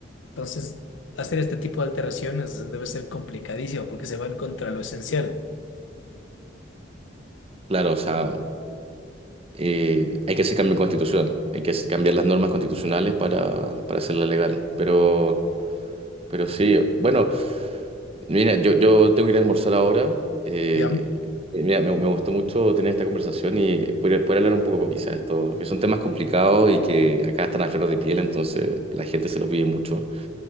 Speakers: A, on the left; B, on the right.
A: Entonces, hacer este tipo de alteraciones debe ser complicadísimo porque se van contra lo esencial.
B: Claro, o sea, eh, hay que hacer cambio constitucional, hay que hacer- cambiar las normas constitucionales para, para hacerla legal. Pero, pero sí, bueno, mira, yo, yo tengo que ir a almorzar ahora. eh,
A: Ya,
B: eh, mira, me, me gustó mucho tener esta conversación y poder, poder hablar un poco quizás de esto, que son temas complicados y que acá están a flor de piel, entonces la gente se los vive mucho.